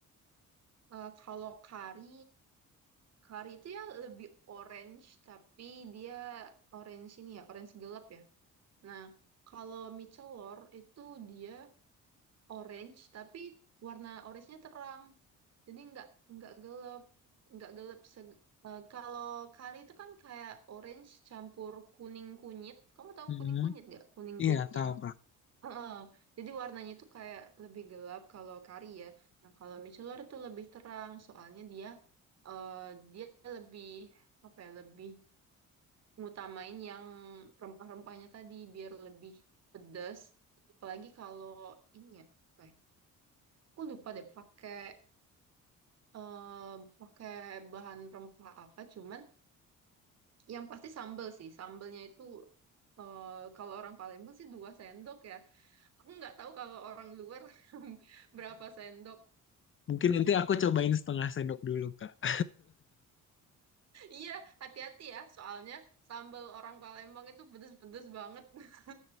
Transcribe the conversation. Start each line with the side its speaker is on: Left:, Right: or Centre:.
Right: eh, kalau kari, kari itu ya lebih orange, tapi dia orange ini ya, orange gelap ya. Nah, kalau mie celor itu dia orange tapi warna orange-nya terang. Jadi nggak nggak gelap, nggak gelap. se- eh, kalau kari itu kan kayak orange campur kuning kunyit. Kamu tahu
Left: Hmm,
Right: kuning kunyit nggak? Kuning
Left: Iya,
Right: kunyit
Left: tahu
Right: yang
Left: Kak.
Right: Heeh. Jadi warnanya itu kayak lebih gelap kalau kari ya. Nah kalau michelor itu lebih terang, soalnya dia eh, dia lebih apa ya? Lebih ngutamain yang rempah-rempahnya tadi biar lebih pedas. Apalagi kalau ini ya. apa ya, aku lupa deh pakai eh pakai bahan rempah apa cuman yang pasti sambel sih sambelnya itu eh kalau orang Palembang sih dua sendok ya aku nggak tahu kalau orang luar <laughs> berapa sendok
Left: Mungkin nanti aku cobain setengah sendok dulu Kak.
Right: iya hati-hati ya soalnya sambel orang Palembang itu pedes-pedes banget <laughs>